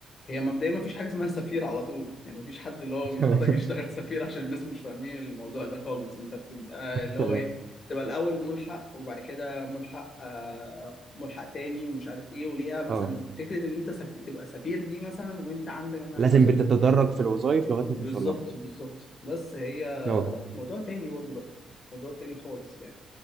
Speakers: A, on the left; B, on the right.
A: هي مبدئيا ما فيش حاجة اسمها سفير على طول يعني ما فيش حد اللي هو
B: <laughs>
A: بيتخرج
B: تمام
A: يشتغل سفير عشان الناس مش فاهمين الموضوع ده خالص انت بتبقى اللي
B: تمام
A: هو ايه بتبقى الاول ملحق وبعد كده ملحق آه، ملحق تاني ومش عارف ايه وليها مثلا
B: اه
A: فكرة ان انت سف... تبقى سفير دي مثلا وانت عندك مثلا
B: لازم
A: خمسة
B: بتتدرج في الوظائف لغايه ما
A: بالظبط
B: توصل لها
A: بالظبط بس هي
B: اه
A: موضوع تاني برضه بقى موضوع تاني خالص يعني